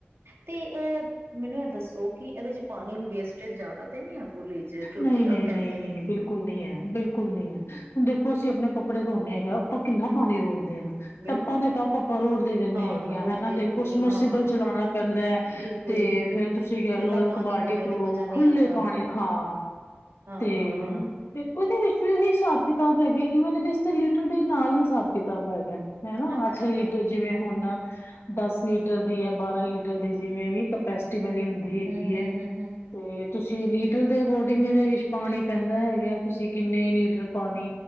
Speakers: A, on the right (about 75°); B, on the left (about 80°).
A: ਤੇ ਇਹ ਮੈਨੂੰ ਇਹ ਦੱਸੋ ਕਿਉਂਕਿ ਇਹਦੇ ਚ ਪਾਣੀ ਵੇਸਟੇਜ ਜ਼ਿਆਦਾ ਤੇ ਨੀ ਹੈ ਫੁੱਲੀ ਚ ਕਿਉਂਕਿ
B: ਨਹੀਂ, ਨਹੀਂ,
A: ਕਹਿੰਦੇ
B: ਨਹੀਂ
A: ਨੇ
B: ਬਿਲਕੁਲ ਨਹੀਂ ਹੈ, ਬਿਲਕੁਲ ਨਹੀਂ ਹੈ ਹੁਣ ਦੇਖੋ ਅਸੀਂ ਆਪਣੇ ਕੱਪੜੇ ਧੋਣੇ ਹੈਗੇ ਆਪਾਂ ਕਿੰਨਾ ਪਾਣੀ ਰੋਕਦੇ
A: ਬਿਲਕੁਲ
B: ਟੱਪਾਂ ਦੇ ਟੱਪ ਆਪਾਂ ਰੋੜਦੇ ਰਹਿੰਦੇ
A: ਹਾਂ
B: ਹੈਗੇ ਆ
A: ਰੋਕਦੇ
B: ਹਨਾ ਦੇਖੋ
A: ਬਿਲਕੁਲ
B: ਸਮਰਸੀਬਲ
A: ਹਾਂ ਹਾਂ
B: ਚਲਾਣਾ ਪੈਂਦਾ ਹੈ,
A: ਬਿਲਕੁਲ
B: ਤੇ ਫੇਰ ਤੁਸੀਂ ਕਹਿ
A: ਖੁੱਲਾ
B: ਲਓ ਇੱਕ
A: ਪਾਣੀ
B: ਬਾਲਟੀ
A: ਨਾ ਹੋਏ
B: ਤੋਂ
A: ਤੇ ਮਜ਼ਾ ਨਹੀਂ
B: ਖੁੱਲੇ
A: ਆਉਂਦਾ
B: ਪਾਣੀ ਹਾਂ
A: ਹਾਂ
B: ਤੇ
A: ਹਾਂ ਹਾਂ
B: ਫਿਰ ਉਹਦੇ ਵਿੱਚ ਹਿਸਾਬ ਕਿਤਾਬ ਹੈਗੇ ਈਵਨਦੇ ਲੀਟਰ ਦੇ ਨਾਲ ਹੀ ਹਿਸਾਬ ਕਿਤਾਬ ਹੈਗਾ। ਹੈਨਾ
A: ਅੱਛਾ
B: ਅੱਠ ਲੀਟਰ ਜਿਵੇਂ ਹੁਣ ਦਸ ਲੀਟਰ ਦੀ ਐ, ਬਾਰਾਂ ਲੀਟਰ ਦੀ ਜਿਵੇਂ ਵੀ ਕਪੈਸਟੀਵਲ
A: ਹਮ
B: ਹੀ ਹੁੰਦੀ ਹੈਗੀ
A: ਹਮ ਹਮ
B: ਹੈ
A: ਹਮ ਹਮ
B: ਤੇ ਤੁਸੀਂ ਲੀ ਲੀਟਰ ਦੇ ਅਕੋਰਡਿੰਗ ਇਹਦੇ ਵਿੱਚ ਪਾਣੀ ਪੈਂਦਾ ਹੈਗਾ, ਤੁਸੀਂ ਕਿੰਨੇ ਲੀਟਰ ਪਾਣੀ